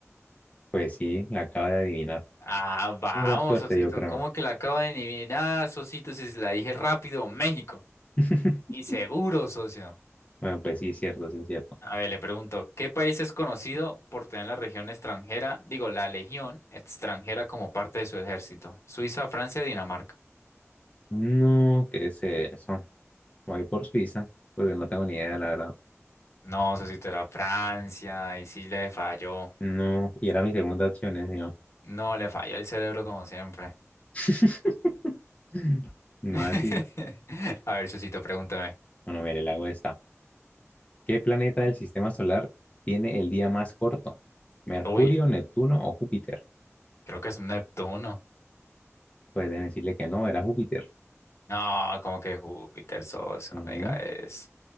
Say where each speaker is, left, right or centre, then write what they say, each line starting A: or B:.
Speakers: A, on the left; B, on the left.
A: Pues sí, la acaba de adivinar.
B: Ah, vamos,
A: Pura suerte,
B: Sosito.
A: yo creo.
B: ¿Cómo que la acabo de adivinar, Sosito? Si se la dije rápido, México.
A: <laughs>
B: Y seguro, socio.
A: Bueno, pues sí, cierto, sí, cierto.
B: A ver, le pregunto, ¿qué país es conocido por tener la región extranjera, digo, la legión extranjera como parte de su ejército? Suiza, Francia, Dinamarca.
A: No, ¿qué es eso? Voy por Suiza, porque no tengo ni idea, la verdad.
B: No, Sosito, era Francia. Y sí le falló.
A: No, y era mi segunda opción, ¿eh, señor?
B: No, le falló el cerebro como siempre.
A: <laughs> Más
B: <laughs>
A: así.
B: A ver, Sosito, pregúntame.
A: Bueno, mire, le hago esta. ¿Qué planeta del sistema solar tiene el día más corto? ¿Mercurio,
B: Uy,
A: Neptuno o Júpiter?
B: creo que es un Neptuno.
A: Pues déjeme decirle que no, era Júpiter.
B: No, como que Júpiter, socio,
A: Ujú.
B: no me diga eso.